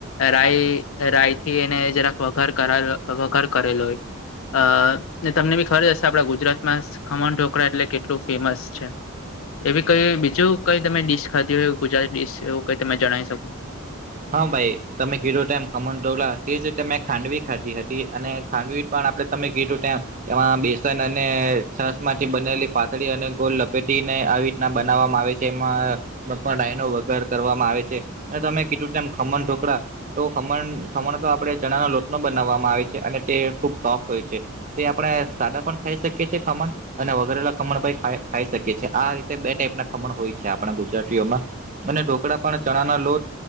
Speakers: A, on the left; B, on the right.
A: રાય રાય થી એને જરાક વઘાર કર વઘર કરેલો હોય. અ ને તમને બી ખબર હશે, આપડા ગુજરાતમા ખમણ ઢોકળા એટલે કેટલું ફેમસ છે. એવીી કઈ બીજું કઈ તમે ડીશ ખાધી હોય, ગુજરાતી શ એવું કઈ તમે જણાવી શકો
B: હા, ભાઈ તમે કીડો ટમ કમન ટોલા તે જ રીતે મેં ખાંડવી ખાધી હતી અને ખાંડવી. પણ આપણે તમે ગી ટુ ટાઈમ એમાં બેસન અને છાસ માંથી, બનેલી પાથળી અને ગોલ લપેટીને આવી ના બનાવવામાં આવે છે, એમાં પણ ડાયનો વગર કરવામાં આવે છે, અને તમે કેટું ટાઈમ, ખમન ઠોકરા તો ખમણ ખમણ તો આપણે ચણાનો લોટ નો બનાવવામાં આવે છે, અને તે ખુબ સોફ્ટ હોય છે. તે આપણે સાદા પણ ખાઈ શકીએ છેએ, ખમણ અને વગરેલા ખમણ પણ ખાઈ શકીએ છીએ આ રીતે બે ટાઈપ ના ખમણ હોય છે, આપણા ગુજરાતીઓમાં અને ઢોકળા, પણ ચણાનો લોટ